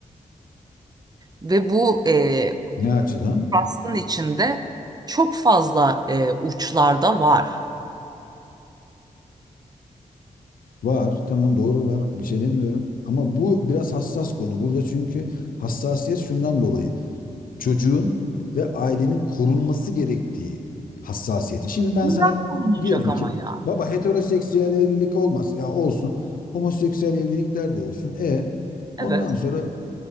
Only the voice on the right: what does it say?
Ve bu e,
Rust'ın içinde çok fazla e, uçlarda var.
Bundan
korunacak
ama
ya.
Evet.